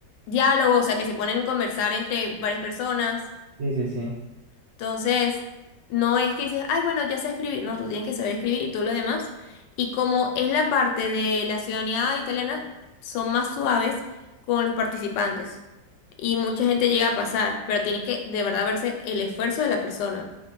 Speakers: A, on the left; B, on the right.
A: diálogo, o sea, que se ponen a conversar entre varias personas.
B: Sí, sí, sí.
A: Entonces, no es que dices, ay, bueno, ya sé escribir. No, tú tienes que saber escribir y todo lo demás. Y como es la parte de la ciudadanía italiana, son más suaves con los participantes. Y mucha gente llega a pasar, pero tiene que de verdad verse el esfuerzo de la persona.